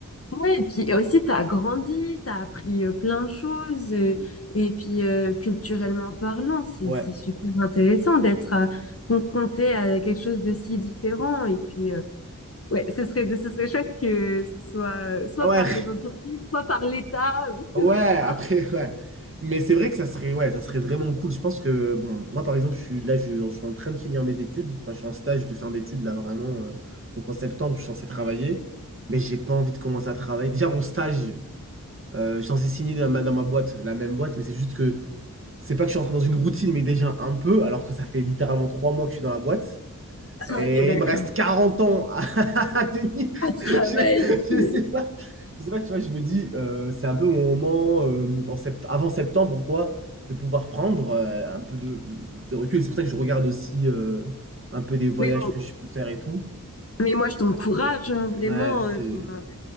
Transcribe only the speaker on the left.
ouais, et puis aussi, t'as grandi, t'as appris euh, plein de choses. euh, et puis, euh, culturellement parlant, c'est
c'est super intéressant d'être euh, confronté à quelque chose de si différent. Et puis, euh, ouais, ce serait, ce serait chouette que ce soit euh, soit
par les entreprises, soit par l'État, ou
peu importe.
Ah
oui, d'accord.
Travail.
Mais
Mais moi, je t'encourage, hein, vraiment.
euh, Enfin,